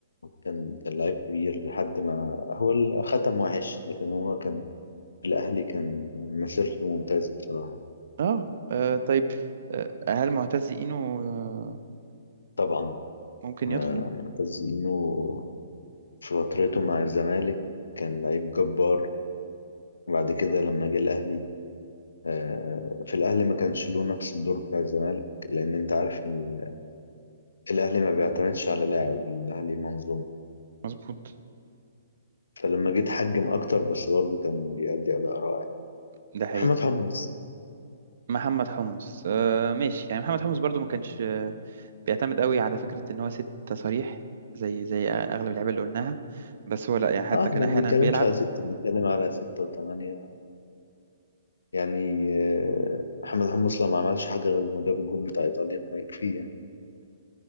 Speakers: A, on the left; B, on the right.
A: كان كان لعيب كبير لحد ما هو ال- ختم وحش لكن هو كان في الاهلي كان مسيرته ممتازه بصراحه
B: اه آه، طيب آه، هل معتز إينو آه،
A: طبعا
B: ممكن
A: آه،
B: يدخل
A: معتز اينو في فترته مع الزمالك كان لعيب جبار وبعد كده لما جه الاهلي آه، في الأهلي ما كانش له نفس الدور بتاع الزمالك لأن أنت عارف ال- الأهلي ما بيعتمدش على لاعب الأهلي منظومة
B: مظبوط
A: فلما جيت حجم أكتر بس برضه كان بيأدي أداء رائع
B: ده حقيقي
A: محمد حمص
B: محمد حمص آه ماشي يعني محمد حمص برضو ما كانش آه، بيعتمد قوي على فكرة ان هو ست صريح زي زي اغلب اللعيبه اللي قلناها بس هو لا يعني حتى
A: اه احنا
B: كان احيانا
A: ما بنتكلمش
B: بيلعب
A: على ستة بنتكلم على ستة وثمانية يعني آه، محمد حمص لو ما عملش حاجة غير انه جاب الجون بتاع ايطاليا فيكفي يعني